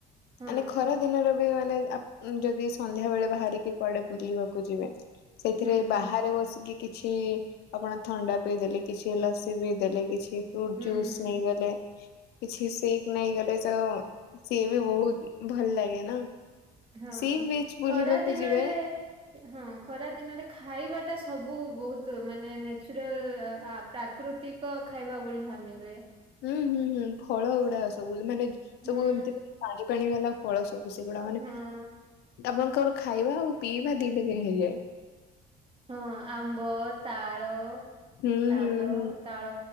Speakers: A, on the right; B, on the left.
A: ହଁ
B: ମାନେ ଖରା ଦିନର ବି ବୋଲେ ଆ ଯଦି ସନ୍ଧ୍ୟା ବେଳେ ବାହାରିକି କୁଆଡେ ବୁଲିବାକୁ ଯିବେ। ସେଥିରେ
A: ହୁଁ ହୁଁ
B: ବାହାରେ ବସିକି କିଛି ଆପଣ ଥଣ୍ଡା ପିଇଦେଲେ କିଛି ଲସି ବି ଦେଲେ କିଛି ଫ୍ରୁଟ
A: ହୁଁ
B: ଜୁସ୍
A: ହୁଁ
B: ନେଇଗଲେ କିଛି ଶିଖ ନାଇଁ ଗଲେ ତ ସିଏ ବି ବହୁତ ଭଲ ଲାଗେ ନା।
A: ହଁ
B: ସି ବିଚ୍ ବୁଲିବାକୁ
A: ଖରା ଦିନରେ
B: ଯିବେ
A: ହଁ ଖରା ଦିନରେ ଖାଇବା ଟା ସବୁ ବହୁତ ମାନେ ନ୍ୟଚୁରାଲ ଆ ପ୍ରାକୃତିକ ଖାଇବା ଭଳିିଆ ମିଲେ
B: ହୁଁ ହୁଁ ହୁଁ ଫଳ ଗୁଡା ସବୁ ମାନେ ସବୁ
A: ହୁଁ
B: ଏମତି ମାନେ ପାଣି ପାଣି ବାଲା ଫଳ ସବୁ ସେଗୁଡା ମାନେ
A: ହଁ
B: ଆପଣଙ୍କର ଖାଇବା ଆଉ ପିଇବା ଦିଟା ଦିନ ହେଇଯାଏ।
A: ହଁ ଆମ୍ବ, ତାଳ
B: ହୁଁ
A: ତାଲ
B: ହୁଁ ହୁଁ
A: ତାଳ